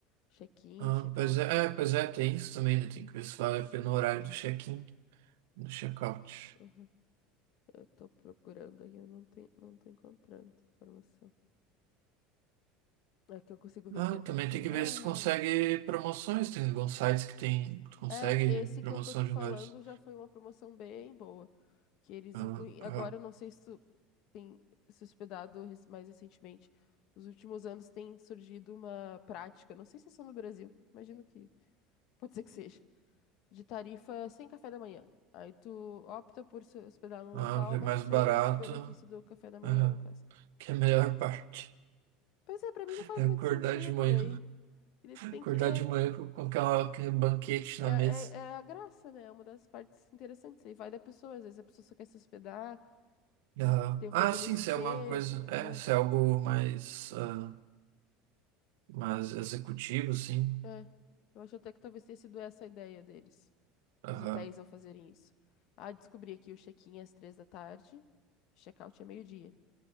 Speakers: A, on the left; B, on the right.
A: Check-in,
B: Ah,
A: check-out.
B: pois é, é, pois é, tem isso também, né? Tem que ver se vale a pena o horário do check-in, do check-out.
A: Aham. Eu tô procurando aqui, eu não tenho, não tô encontrando informação. Aqui eu consigo ver
B: Ah,
A: que tem ar-condicionado.
B: também tem que ver se tu consegue promoções. Tem alguns sites que tem, tu consegue
A: É, esse
B: promoção
A: que eu tô te falando
B: de lugares.
A: já foi uma promoção bem boa. Que eles
B: Ah,
A: incluem. Agora,
B: ah,
A: eu não sei se tu tem se hospedado rec- mais recentemente. Nos últimos anos tem surgido uma prática, não sei se é só no Brasil, imagino que pode ser que seja. de tarifa sem café da manhã. Aí tu opta por se hospedar num
B: ah,
A: local,
B: é
A: mas
B: mais
A: sem
B: barato.
A: esse benefício do café da manhã,
B: ah,
A: no caso.
B: que é a melhor parte.
A: Pois é, pra
B: <laughs>
A: mim não faz
B: É
A: muito
B: acordar
A: sentido
B: de manhã.
A: daí. Que daí tu tem
B: Acordar
A: que. É,
B: de manhã com, com aquela, aquele banquete
A: é,
B: na
A: é,
B: mesa.
A: é a graça, né? É uma das partes interessantes. Aí vai da pessoa, às vezes a pessoa só quer se hospedar e
B: Ah,
A: tem um
B: ah,
A: compromisso
B: sim, se
A: cedo.
B: é uma coisa.
A: É,
B: É, se é algo mais, ah, mais executivo, sim.
A: é. Eu acho até que talvez tenha sido essa a ideia deles,
B: Aham,
A: dos hotéis ao fazerem isso. Ah, descobri aqui o check-in é às três da tarde, check-out é meio-dia.